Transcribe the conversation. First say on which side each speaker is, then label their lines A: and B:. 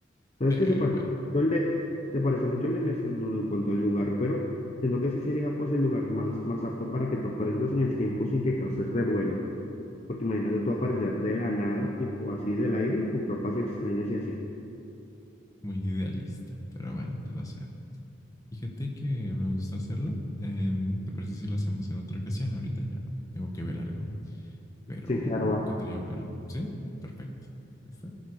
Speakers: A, on the left; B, on the left.
A: ¿Sabes
B: Sí,
A: que se parece
B: bueno,
A: mucho al de, se parece mucho al del estornudo en cuanto al lugar, pero siento que sí sería pues el lugar más, más apto para que tú aparezcas en el tiempo sin que causes revuelo. Porque imagínate tú aparecer de la nada, tipo así del aire, con ropas extrañas y así.
B: muy idealista, pero bueno, te lo cedo. Fíjate que me gusta hacerlo. Em, ¿te parece si lo hacemos en otra ocasión? Ahorita ya tengo que ver algo, pero
A: Sí, claro,
B: me
A: va.
B: encantaría volver. ¿Sí? Perfecto. ¿Listo?